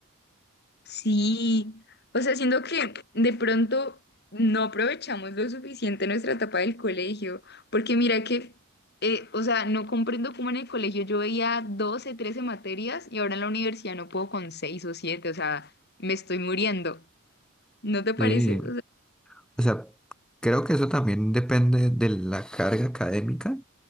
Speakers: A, on the left; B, in the centre.
A: Sí, o sea, siento que de pronto no aprovechamos lo suficiente nuestra etapa del colegio, porque mira que, eh, o sea, no comprendo cómo en el colegio yo veía 12, 13 materias y ahora en la universidad no puedo con 6 o 7, o sea, me estoy muriendo, ¿no te parece?
B: Sí, o sea, creo que eso también depende de la carga académica,